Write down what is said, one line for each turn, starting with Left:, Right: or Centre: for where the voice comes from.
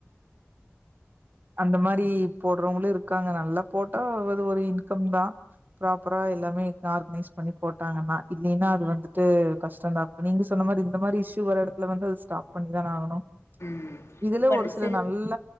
Right: அந்த மாரி போடுறவங்களு இருக்காங்க நல்லா போட்டா அது ஒரு இன்கம் தா ப்ராப்பரா எல்லாமே ஆர்கனைஸ் பண்ணி போட்டாங்கன்னா இல்லின்னா அது வந்துட்டு கஷ்டம் தா இப்ப நீங்க சொன்ன மாரி இந்த மாரி இஷ்யூ வர இடத்துல வந்து அது ஸ்டாப் பண்ணிதான ஆகணு
Left: ம்
Right: இதுல
Left: இப்ப
Right: ஒரு சில
Left: சி
Right: நல்ல